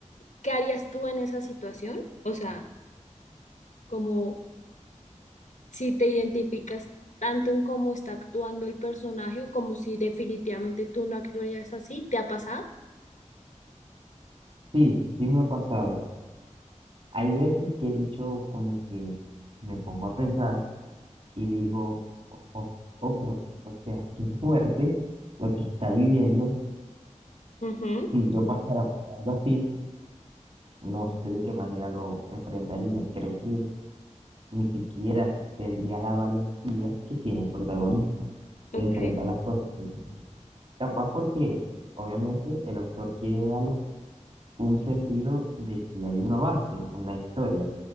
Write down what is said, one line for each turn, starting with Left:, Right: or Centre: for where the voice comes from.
Left: ¿qué harías tú en esa situación? O sea, como... si te identificas tanto en cómo está actuando el personaje o como si definitivamente tú no actuarías así, ¿te ha pasado?
Right: Sí, sí me ha pasado. Hay veces que he dicho como que me pongo a pensar y digo, oh, oh, oh, pero, o sea, qué fuerte lo que está viviendo.
Left: Ujú,
Right: Si yo pasara por algo así, no sé de qué manera lo enfrentaría. Creo que ni siquiera tendría la valentía que tiene el protagonista
Left: ok.
Right: de enfrentar las cosas de frente. Capaz porque, obviamente, el autor quiere darle un sentido de que hay un avance en la historia,